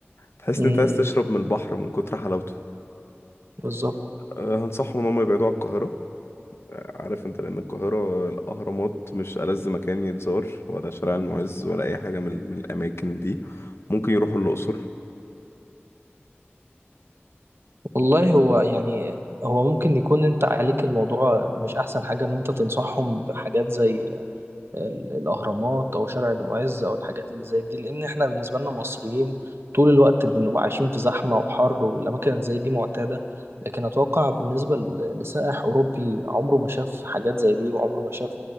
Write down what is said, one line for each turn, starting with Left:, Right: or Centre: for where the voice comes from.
Left: تحس
Right: امم
Left: إن أنت عايز تشرب من البحر من كتر حلاوته
Right: بالظبط
Left: أه، هنصحهم إن هم يبعدوا عن القاهرة عارف انت لان القاهرة الاهرامات مش ألذ مكان يتزار ولا شارع المعز ولا اي حاجة من, من الاماكن دي ممكن يروحوا الاقصر
Right: والله هو يعني هو ممكن يكون انت عليك الموضوع مش احسن حاجة ان انت تنصحهم بحاجات زي ال- الأهرامات أو شارع المعز أو الحاجات اللي زي دي لأن إحنا بالنسبة لنا مصريين طول الوقت بنبقى عايشين في زحمة وحر والأماكن اللي زي دي معتادة لكن أتوقع بالنسبة ل- لسائح أوروبي عمره ما شاف حاجات زي دي وعمره ما شاف